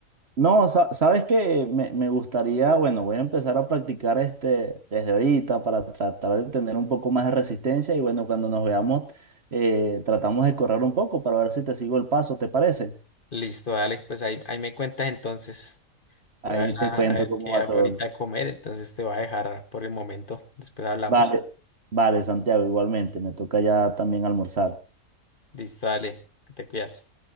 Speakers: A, on the right (about 50°); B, on the left (about 40°).
A: No, sa- sabes que me, me gustaría, bueno, voy a empezar a practicar este desde ahorita para tratar de tener un poco más de resistencia y bueno, cuando nos veamos, eh, tratamos de correr un poco para ver si te sigo el paso, ¿te parece?
B: Listo, dale, pues ahí, ahí me cuentas entonces.
A: Ahí
B: Yo voy a ver,
A: te
B: a-
A: cuento
B: a ver
A: cómo
B: qué
A: va
B: hago
A: todo.
B: ahorita de comer, entonces te voy a dejar por el momento. Después hablamos.
A: Vale, vale, Santiago, igualmente, me toca ya también almorzar.
B: Listo, dale, que te cuidas.